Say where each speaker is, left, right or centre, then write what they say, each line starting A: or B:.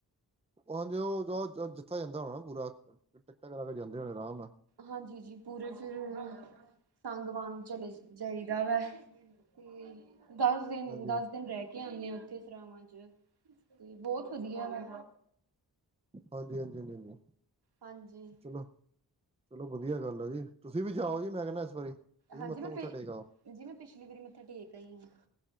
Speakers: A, on the right; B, on the right.
A: ਉਹ ਹਾਂਜੀ ਉਹਦੋ ਜਥਾ ਜਾਂਦਾ ਹੋਣਾ ਨਾ ਪੂਰਾ ਟਿਕਟਾਂ ਕਰਾ ਕੇ ਜਾਂਦੇ ਹੋਣੇ ਆਰਾਮ ਨਾਲ।
B: ਹਾਂਜੀ ਜੀ ਪੂਰੇ ਫਿਰ ਤੰਗ ਵਾਂਗ ਚਲੇ ਜਾਈਦਾ ਵਾ ਤੇ ਦਸ ਦਿਨ
A: ਹਾਂਜੀ
B: ਦਸ ਦਿਨ ਰਹਿ ਕੇ ਆਉਂਦੇ ਆ ਉੱਥੇ ਸਰਾਵਾਂ ਚ ਤੇ ਬਹੁਤ ਵਧੀਆ ਵ
A: ਹਾਂਜੀ ਹਾਂਜੀ ਹਾਂਜੀ ਹਾਂਜੀ
B: ਹਾਂਜੀ
A: ਚਲੋ ਚਲੋ ਵਧੀਆ ਗੱਲ ਆ ਜੀ। ਤੁਸੀਂ ਵੀ ਜਾਓ ਜੀ ਮੈਂ ਕਹਿੰਦਾ ਇਸ ਵਾਰੀ ਤੁਸੀਂ
B: ਹਾਂਜੀ
A: ਮੱਥਾ
B: ਮੈਂ ਪੇਾਂਜੀ
A: ਮੁੱਥਾ ਟੇਕ ਆਓ
B: ਮੈਂ ਪਿਛਲੀ ਵਾਰੀ ਮੱਥਾ ਟੇਕ ਆਈ ਹਾਂ।